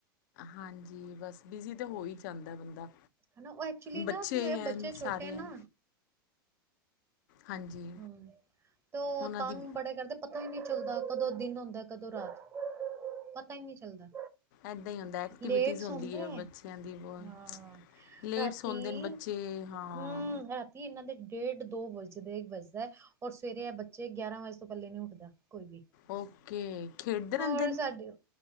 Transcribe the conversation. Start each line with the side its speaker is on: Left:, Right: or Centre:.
Left: ਹਾਂਜੀ, ਬਸ ਬਿਜ਼ੀ ਤਾਂ ਹੋ ਹੀ ਜਾਂਦਾ ਬੰਦਾ।
Right: ਹਨਾ ਉਹ ਐਕਚੁਲੀ ਨਾ
Left: ਬੱਚੇ
Right: ਕੀ ਹੋਇਆ
Left: ਐ
Right: ਬੱਚੇ ਛੋਟੇ
Left: ਸਾਰੇ
Right: ਨਾ
Left: ਐ। ਹਾਂਜੀ
Right: ਹੂੰ, ਤੇ ਉਹ
Left: ਉਹਨਾਂ
Right: ਤੰਗ
Left: ਦੀ
Right: ਬੜੇ ਕਰਦੇ। ਪਤਾ ਹੀ ਨਹੀਂ ਚੱਲਦਾ। ਕਦੋਂ ਦਿਨ ਹੁੰਦਾ, ਕਦੋਂ ਰਾਤ ਪਤਾ ਹੀ ਨਹੀਂ ਚੱਲਦਾ।
Left: ਇੱਦਾਂ ਹੀ ਹੁੰਦਾ‌ ਐਕਟੀਵਿਟੀਜ਼
Right: ਲੇਟ ਸੌਦੇ
Left: ਹੁੰਦੀ ਐ
Right: ਹੈ
Left: ਬੱਚਿਆਂ ਦੀ ਬਹੁਤ
Right: ਹਾਂ
Left: ਲੇਟਸ
Right: ਰਾਤੀ
Left: ਸੋਦੇ ਨੇ ਬਸ। ਜੇ ਹਾਂ।
Right: ਹੂੰ, ਰਾਤੀ ਇਹਨਾਂ ਦੇ ਡੇਢ ਦੋ ਵੱਜਦੇ <unintelligible> ਔਰ ਸਵੇਰੇ ਐ ਬੱਚੇ ਗਿਆਰਾਂ ਵਜੇ ਤੋਂ ਪਹਿਲੇ ਨੀ ਉੱਠਦਾ ਕੋਈ ਵੀ।
Left: ਓਕੇ ਖੇਡਦੇ ਰਹਿੰਦੇ
Right: ਹੋਰ
Left: ਨੇ
Right: ਸਾਡੇ